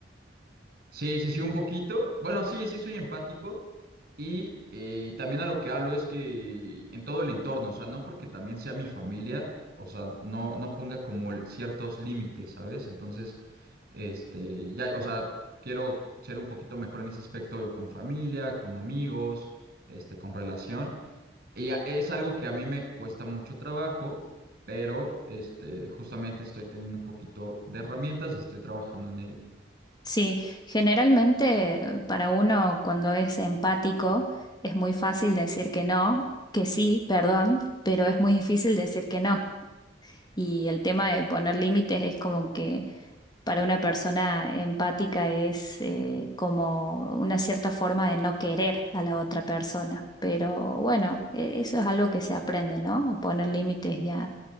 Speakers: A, on the right; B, on the left.
A: Sí, sí, sí, un poquito. Bueno, sí, sí, soy empático. Y eh, también a lo que hablo es que en todo el entorno, o sea, no porque también sea mi familia, o sea, no, no ponga como el- ciertos límites, ¿sabes? Entonces, este, ya, o sea, quiero ser un poquito mejor en ese aspecto con familia, con amigos, este, con relación. Y a- es algo que a mí me cuesta mucho trabajo, pero este, justamente estoy teniendo un poquito de herramientas y estoy trabajando en ello.
B: Sí, generalmente eh, para uno cuando es empático es muy fácil decir que no, que sí, perdón, pero es muy difícil decir que no. Y el tema de poner límites es como que para una persona empática es eh, como una cierta forma de no querer a la otra persona. Pero bueno, e- eso es algo que se aprende, ¿no? A poner límites y, a-